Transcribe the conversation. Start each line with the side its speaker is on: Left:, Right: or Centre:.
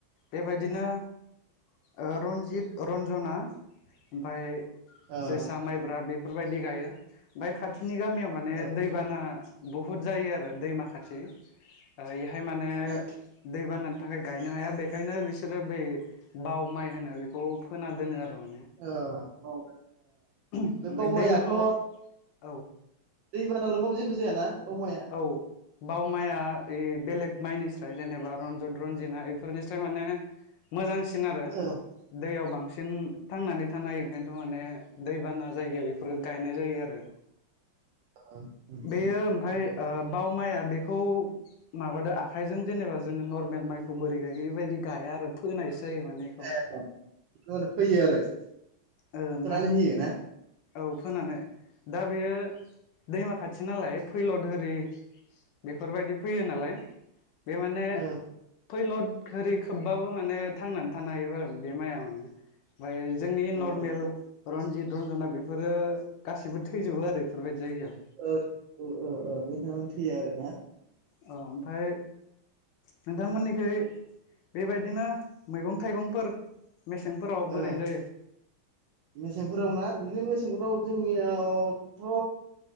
Left: बेबायदिनो ओ रन्जित रन्जना ओमफाय
Right: ओ
Left: जोसा माइब्रा बेफोरबायदि गायो ओमफ्राय खाथिनि गामियाव माने
Right: ओ ओ
Left: दैबाना बहुद जायो आरो दैमा खाथि ओ इहाय माने
Right: ओ
Left: दैबाना थाखाय गायनो हाया बेखायनो बिसोरो बै बाव माइ होनो बेखौ फोना दोनो आरो माने
Right: ओ औ ओ
Left: ओमफ्राय
Right: बे बाव
Left: दैज्लाङाव
Right: माइयाथ'
Left: औ
Right: दै बाना लोमबाबो जेबो जायाना बाव माइया?
Left: औ बाव माइया ओइ बेलेग माइनिस्राय जेनेबा रन्जत रनजिना इफोरनिस्राय माने मोजांसिन आरो
Right: ओ
Left: दैयाव बांसिन थांनानै थानो हायो ओंखायनोथ' माने दैबाना जायगायाव बेफोरो गायनाय जायो आरो
Right: <unintelligible>
Left: बेयो ओमफाय ओ बाव माइया बेखौ माबादो आखाइजों जेनेबा जोङो नर्मेल माइखौ बोरै गायो इबायदि गाया आरो। फोनायसो
Right: <unintelligible>
Left: जायो माने बेखौ
Right: फोयो आरो। फोनानै
Left: ओ ओमफाय
Right: होयो ना?
Left: औ फोनानै दा बेयो दैमा खाथि नालाय फैल'द होरि बेफोरबायदि फैयो नालाय बे माने
Right: औ नंगौ
Left: फैल'द होरै खोबबाबो माने थांनानै थानो हायो बा बे माइआ माने मफ्राय जोंनि नर्मेल
Right: नंगौ
Left: रनजित रनजना बे फोरो गासैबो थैजोबो आरो बेफोरबायदि जायगायाव।
Right: औ औ औ औ बेदिनो थैया आरो ना
Left: अ ओमफाय नोंथांमोननिखै बेबायदिनो मैगं थाइगंफोर मेसेंफोराव बोरै
Right: ओ
Left: जायो?
Right: मेसेंफोराव ना बिदिनो मेसेंफोराव जोंनियावथ'